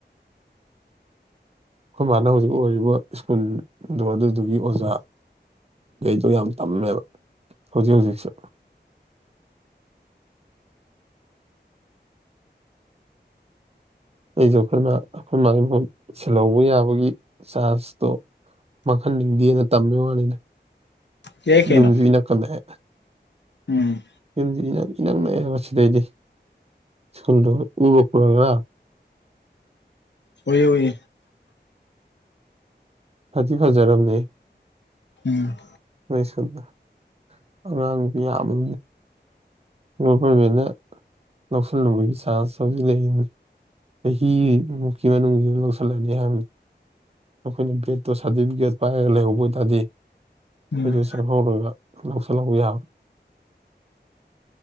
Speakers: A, on the right (about 35°); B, on the left (about 80°).
A: ꯑꯩꯈꯣꯏ ꯃꯥꯅ ꯍꯧꯖꯤꯛ ꯑꯣꯏꯔꯤꯕ ꯁ꯭ꯀꯨꯜꯗꯣ ꯑꯗꯨꯗꯨꯒꯤ ꯑꯣꯖꯥ ꯗꯣ ꯌꯥꯝ ꯇꯝꯃꯦꯕ ꯍꯧꯖꯤꯛ ꯍꯧꯖꯤꯛꯁꯨ ꯑꯩꯁꯨ ꯑꯩꯈꯣꯏꯅ ꯑꯩꯈꯣꯏ ꯃꯥꯒꯤꯣꯟ ꯁꯤꯜꯍꯧꯕ ꯌꯥꯕꯒꯤ ꯆꯥꯔꯖꯇꯣ ꯃꯈꯟ ꯅꯤꯡꯊꯦꯑꯅ ꯇꯝꯃꯦ ꯋꯥꯅꯤꯗ
B: ꯌꯥꯏ ꯀꯩꯅꯣ
A: ꯌꯨꯝꯖꯤꯅ ꯀꯜꯂꯛꯑꯦ
B: ꯎꯝ
A: ꯌꯨꯝꯁꯤ ꯏꯅꯥꯛ ꯏꯅꯥꯛ ꯅꯛ ꯍꯥꯏ ꯁꯤꯗꯩꯗꯤ ꯁ꯭ꯀꯨꯜꯗ ꯎꯔꯛꯄꯔꯥ ꯉꯔꯡ
B: ꯑꯣꯏ ꯍꯏ
A: ꯐꯗꯤ ꯐꯖꯔꯝꯅꯦ
B: ꯎꯝ
A: ꯃꯣꯏ ꯁꯗ ꯑꯉꯥꯡꯗꯤ ꯌꯥꯝꯕ ꯒꯣꯚꯔꯃꯦꯟꯅ ꯂꯧꯁꯤꯜꯂꯨꯕꯒꯤ ꯆꯥꯟꯁ ꯂꯩꯔꯤꯅꯤ ꯆꯍꯤꯃꯨꯛꯀꯤ ꯃꯅꯨꯡꯁꯤ ꯂꯧꯁꯤꯜꯂꯅꯤ ꯍꯥꯏꯕꯅꯤ꯫ ꯑꯩꯈꯣꯏꯅ ꯕꯦꯠꯇꯣ ꯁꯥꯔꯇꯤꯐꯤꯀꯦꯠ ꯄꯥꯏꯔꯒ ꯂꯩꯍꯧꯕ ꯑꯣꯏꯇꯥꯔꯗꯤ꯫ ꯑꯩꯈꯣꯏꯁꯨ
B: ꯎꯝ
A: ꯁꯛꯍꯧꯔꯒ ꯂꯧꯁꯜꯍꯧꯕ ꯌꯥꯕ